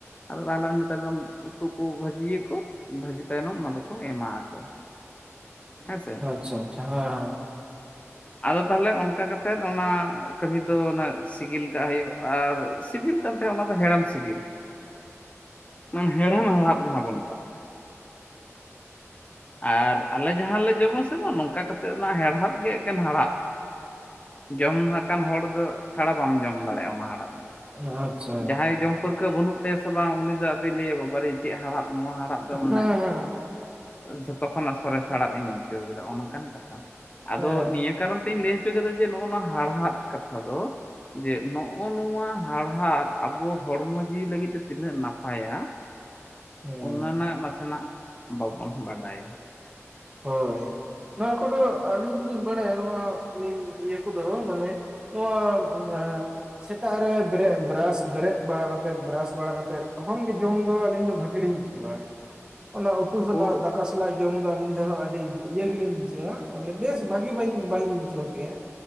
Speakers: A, on the left (about 30°); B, on the right (about 20°).
A: <unintelligible> ᱩᱛᱩ ᱠᱚ ᱵᱷᱟᱹᱡᱤᱭᱟᱹᱠᱩ᱾ ᱵᱷᱟᱹᱡᱤ ᱛᱟᱭᱱᱚᱢ ᱚᱱᱟ ᱫᱚᱠᱚ ᱮᱢᱟᱜ ᱟᱠᱚ ᱦᱮᱸᱥᱮ᱾
B: ᱟᱪᱪᱷᱟ ᱟᱪᱪᱷᱟ ᱦᱮᱸ
A: ᱟᱫᱚ ᱛᱟᱦᱚᱞᱮ ᱚᱱᱠ ᱚᱱᱠᱟ ᱠᱟᱛᱮᱫ ᱚᱱᱟ ᱠᱟᱹᱢᱤ ᱫᱚ ᱚᱱᱟ ᱥᱤᱜᱤᱞ ᱠᱟᱜ ᱦᱩᱭᱩᱜ ᱟᱨ ᱥᱤᱵᱤᱞ ᱠᱟᱛᱮ ᱚᱱᱟ ᱫᱚ ᱦᱮᱲᱮᱢ ᱥᱤᱵᱤᱞ ᱢᱟᱱ ᱦᱮᱨᱮᱢ ᱦᱟᱲᱦᱟᱫᱽ ᱡᱟᱦᱟᱸ ᱵᱚᱱ ᱢᱮᱛᱟᱜ ᱟᱨ ᱟᱞᱮ ᱡᱟᱦᱟᱸ ᱞᱮ ᱡᱚᱢᱟ ᱥᱮ ᱵᱟᱝ ᱱᱚᱝᱠᱟ ᱠᱟᱛᱮᱫ ᱱᱟ ᱦᱟᱲᱦᱟᱫ ᱜᱮ ᱮᱠᱮᱱ ᱦᱟᱲᱦᱟᱫ᱾ ᱡᱚᱢ ᱟᱠᱟᱱ ᱦᱚᱲ ᱫᱚ ᱪᱷᱟᱲᱟ ᱵᱟᱢ ᱡᱚᱢ ᱫᱟᱲᱮᱭᱟᱜ ᱟ ᱚᱱᱟ ᱟᱲᱟ
B: ᱦᱮᱸ
A: <inaudible>
B: ᱟᱪᱪᱷᱟ
A: ᱡᱟᱦᱟᱸᱭ ᱡᱚᱢ ᱯᱟᱹᱨᱠᱟᱹᱣ ᱵᱟᱹᱱᱩᱜ ᱛᱟᱭᱟ ᱥᱮ ᱵᱟᱝ ᱩᱱᱤ ᱫᱚ ᱟᱫᱚᱭ ᱞᱟᱹᱭᱟ ᱵᱟᱵᱟᱨᱮ ᱪᱮᱫ ᱦᱟᱲᱦᱟᱫᱽ ᱱᱚᱣᱟ ᱦᱟᱲᱦᱟᱫᱽ ᱫᱚ ᱢᱟᱱᱮ
B: ᱦᱮᱸ
A: ᱡᱷᱚᱛᱚ ᱠᱷᱚᱱᱟᱜ ᱥᱚᱨᱮᱥ ᱦᱟᱲᱟᱜ ᱤᱧᱤᱧ ᱡᱟᱹᱣ ᱠᱮᱫᱟ ᱱᱚᱠᱟᱱ ᱠᱟᱛᱷᱟ, ᱟᱫᱚ
B: ᱦᱮᱸ ᱦᱮᱸ
A: ᱱᱤᱭᱟᱹ ᱠᱟᱨᱚᱱ ᱛᱮᱧ ᱞᱟᱹᱭ ᱞᱮ ᱠᱟᱫᱟ ᱡᱮ ᱱᱚᱜ ᱚ ᱱᱚᱣᱟ ᱦᱟᱲᱦᱟᱫ ᱠᱟᱛᱷᱟ ᱫᱚ, ᱡᱮ ᱱᱚᱜ ᱚ ᱱᱚᱣᱟ ᱦᱟᱲᱦᱟᱫ ᱟᱵᱚ ᱦᱚᱲᱢᱚ ᱡᱤᱣᱤ ᱞᱟᱹᱜᱤᱫ ᱛᱮ ᱛᱤᱱᱟᱹᱜ ᱱᱟᱯᱟᱭᱟ,
B: ᱦᱮᱸ
A: ᱚᱱᱟ ᱱᱟᱜ ᱱᱟᱥᱮᱱᱟᱜ ᱵᱟᱵᱚᱱ ᱵᱟᱰᱟᱭᱟ᱾
B: ᱦᱳᱭ ᱱᱚᱣᱟ ᱠᱚᱫᱚ ᱟᱹᱞᱤᱧᱞᱤᱧ ᱵᱟᱲᱟᱭᱟ ᱱᱚᱣᱟ ᱱᱤᱢ ᱱᱤᱭᱟᱹ ᱠᱚᱫᱚ ᱢᱟᱱᱮ ᱱᱚᱣᱟ ᱟᱻ ᱥᱮᱛᱟᱜ ᱨᱮ ᱵᱮᱨᱮᱜ ᱵᱮᱨᱟᱥ ᱵᱮᱨᱮᱫ ᱵᱟᱲᱟᱛᱮᱫ ᱵᱨᱟᱥ ᱵᱟᱲᱟᱛᱮᱫ ᱛᱚᱠᱷᱚᱱ ᱜᱮ ᱡᱚᱢ ᱫᱚ ᱟᱹᱞᱤᱧ ᱫᱚ ᱵᱷᱟᱜᱤ ᱞᱤᱧ ᱵᱩᱡ ᱡᱟᱹᱣᱟ ᱚᱱᱟ ᱩᱛᱩ ᱥᱟᱞᱟᱜ
A: ᱦᱳᱭ
B: ᱫᱟᱠᱟ ᱥᱟᱞᱟᱜ ᱡᱚᱢ ᱫᱚ ᱟᱹᱞᱤᱧ ᱦᱚᱸ ᱟᱹᱰᱤ ᱤᱭᱟᱹ ᱜᱮᱞᱤᱧ ᱵᱩᱡᱷᱟᱹᱣᱟ ᱵᱚᱞᱮ ᱵᱮᱥ ᱵᱷᱟᱹᱜᱤ ᱵᱟᱹᱧ ᱵᱟᱞᱤᱧ ᱵᱩᱡᱷᱟᱹᱣ ᱜᱮᱭᱟ,